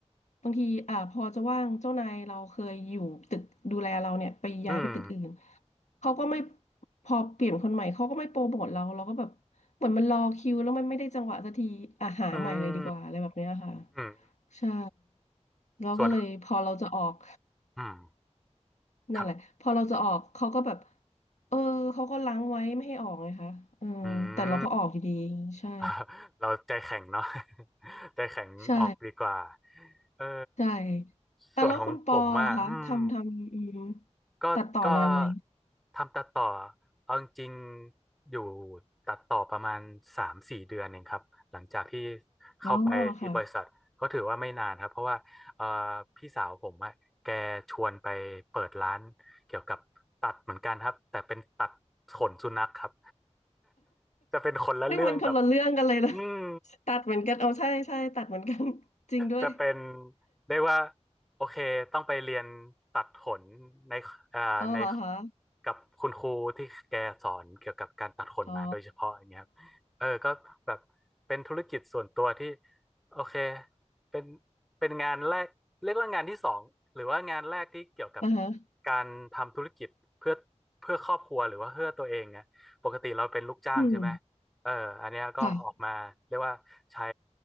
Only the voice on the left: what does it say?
บางทีอ่าพอจะว่างเจ้านายเราเคยอยู่ตึกดูแลเราเนี่ยไปย้ายไปตึกอื่น
เขาก็ไม่พอเปลี่ยนคนใหม่เขาก็ไม่โปรโมทเราเราก็แบบเหมือนมันรอคิวแล้วมันไม่ได้จังหวะสักทีอ่ะหาใหม่เลยดีกว่าอะไรแบบเนี้ยค่ะ
ใช่เราก็เลยพอเราจะออก
<laughs> นั่นแหละพอเราจะออกเขาก็แบบ
เออเขาก็ล้างไว้ไม่ให้ออกไงคะเออแต่เราก็ออกอยู่ดีใช่
ใช่
ใช่แต่แล้วคุณปออะคะทำทำอืม
ตัดต่อนานไหม
อ๋อค่ะ
ซึ่งมันคนละเรื่องกันเลยนะ
<laughs> ตัดเหมือนกันเอาใช่ใช่ตัดเหมือนกัน <laughs> จริงด้วย
เอาเหรอคะ
อ๋อ
อ่าฮะ
อืม
ค่ะ